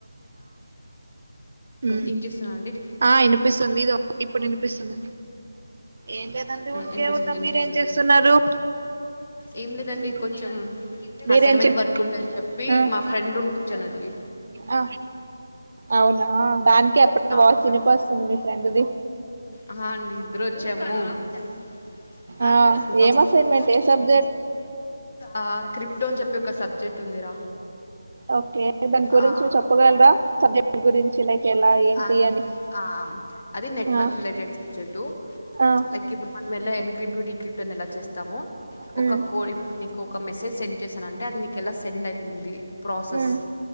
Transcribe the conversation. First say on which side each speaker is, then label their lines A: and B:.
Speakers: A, on the right (about 50°); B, on the left (about 45°).
A: ఉ
B: ఏం చేస్తున్నా అండి
A: ఆ వినిపిస్తుంది ఇదో ఇప్పుడు వినిపిస్తుంది. ఏం లేదండి ఊరికే
B: వినిపిస్తుంది
A: ఉన్నా
B: వినిపిస్తుంది,
A: మీరేం చేస్తున్నారు
B: ఏం లేదండి
A: ఉమ్.
B: కొంచెం
A: మీరేం
B: అసైన్మెంట్
A: చే
B: వర్క్ ఉండేని చెప్పి
A: ఆ
B: మా ఫ్రెండ్ రూమ్కి వచ్చానండి.
A: ఆ. అవునా దానికి ఎక్కువ
B: అవును
A: వాయిస్ వినిపిస్తుంది మీ ఫ్రెండ్ది,
B: ఆ హండి <unintelligible>
A: ఆ ఏం అసైన్మెంట్ ఏ సబ్జెక్ట్
B: ఆ క్రిప్టో అని చెప్పి ఒక సబ్జెక్ట్ ఉందిరా,
A: ఓకే దాని గురించి
B: ఆ
A: చెప్పగలరా సబ్జెక్ట్ గురించి లైక్ ఎలా ఏంటి
B: ఆన్
A: అని
B: ఆ అది నెట్వర్క్
A: ఆ
B: రిలేటెడ్ బ్ెక్ట్
A: ఆ
B: లైక్ ఇప్పుడు మనం ఎ ఎన్క్రిప్ట్ డీక్రిప్ట్ అని ఎలా చేస్తాము.
A: మ్
B: ఒక కో ఇప్పుడు నీకు ఒక మెసేజ్ సెండ్ చేసానంటే అది నీకు ఎలా సెండ్ అవుతుంది, ప్రాసెస్
A: మ్